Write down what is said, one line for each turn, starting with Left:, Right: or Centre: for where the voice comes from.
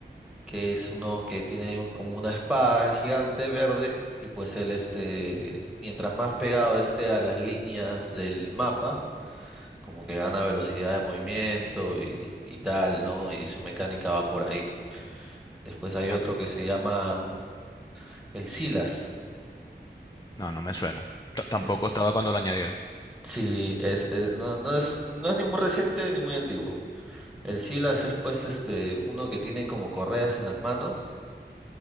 Centre: que es uno que tiene un- como una espada gigante verde y pues él este, mientras más pegado esté a las líneas del mapa, como que gana velocidad de movimiento y, y tal, ¿no? Y su mecánica va por ahí. Después hay
Left: No,
Centre: otro que se llama el Silas.
Left: no, no me suena. T- tampoco
Centre: El-
Left: estaba cuando lo añadieron.
Centre: sí, es, eh, no, no es, no es ni muy reciente ni muy antiguo. El Silas es pues este, uno que tiene como correas en las manos